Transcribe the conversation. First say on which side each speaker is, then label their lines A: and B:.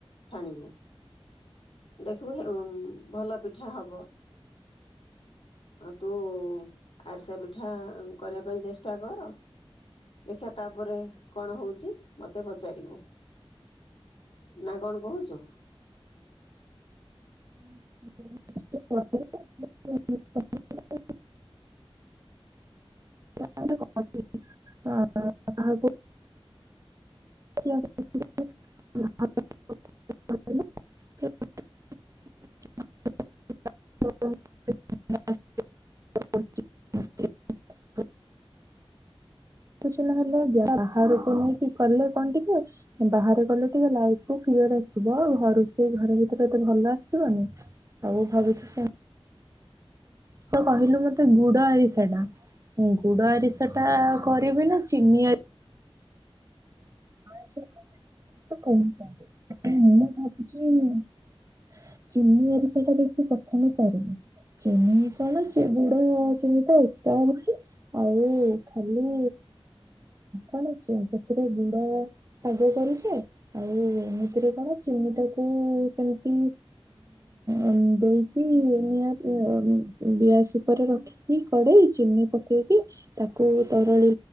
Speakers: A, on the left; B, on the right.
A: ଛାଣିବୁ। ଦେଖିବୁ ହେ ଭଲ ପିଠା ହବ। ଆ ତୁ ଆରସା ପିଠା କରିବା ପାଇଁ ଚେଷ୍ଟା କର। ଦେଖିବା ତାପରେ କଣ ହଉଛି ମତେ ପଚାରିବୁ। ନା କଣ କହୁଛୁ।
B: <unintelligible> <unintelligible> <unintelligible> କିଛି ନହେଲେ ବାହାରକୁ ନେଇକି କଲେ। କଣ ଟିକେ ବାହାରେ କଲେ ଟିକେ ଲାଇଫ କ୍ଲିୟର ଆସିବ। ଘରୁ ସେ ଘରେ ଭିତରେ ଏତେ ଭଲ ଆସିବନି ଆଉ ଭାବୁଛି ସେ ତ କହିଲୁ ମତେ। ଗୁଡ ଆରିସା ଟା ଗୁଡ ଆରିସା ଟା କରିବି ନା ଚିନି ଆରି <unintelligible> ମୁଁ ଭାବୁଛି ଚିନି ଆରିସା ଟା ଦେଖି ପ୍ରଥମେ କର ଚିନି କରକ ଗୁଡ ଚିନି ତ ଏକା ହଉଛି। ଆଉ ଖାଲି କଣ କ ସେଥିରେ ଗୁ ଅ ପାଗ କରୁଛେ। ଆଉ ଏମିତିରେ କଣ ଚିନି ଟାକୁ କେମିତି ଉଁ ଦେଇକି ନିଆଁ ଉଁ ଗିଆସ୍ ଉପରେ ରଖିକି କଡେଇ ଚିନି ପକେଇକି। ତାକୁ ତରଳି